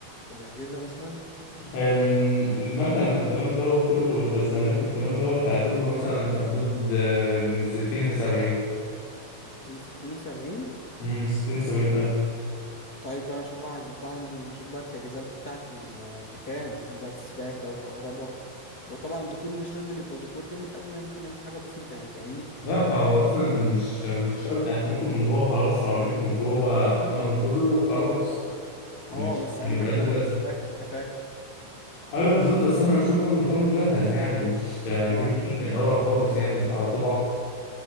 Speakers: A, on the left; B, on the left.
A: والاجهزه مثلا
B: الم- المكن والكلام دوت كله والخزانات والكلام دوت هياخد له مثلا في حدود آه، من ستين لسبعين
A: من 60 ل 70
B: من ستين لسبعين ألف
A: طيب بقى نشوف بقى عايز بقى نشوف بقى التجهيزات بتاعة ال- المكان عشان بقى السباكة والكهرباء وطبعا الديكور مش لازم يبقى ديكور جامد قوي يعني ممكن نعمل حاجة بسيطة يعني فاهمني
B: لا هو
A: آه،
B: اصلا مش مش شرط احنا ممكن من جوه خلاص سيراميك من جوه حيطان وكله وخلاص مش
A: اه بس
B: هيبقى
A: اهم حاجه
B: ليه
A: طبعا
B: لازمه
A: السباكه انت فاهم
B: ايوه بالظبط بس احنا هنشوف برضه مخيم مجهز يعني مش هنجيب
A: اه
B: مخيم من الاول خالص يعني مش على طول بحر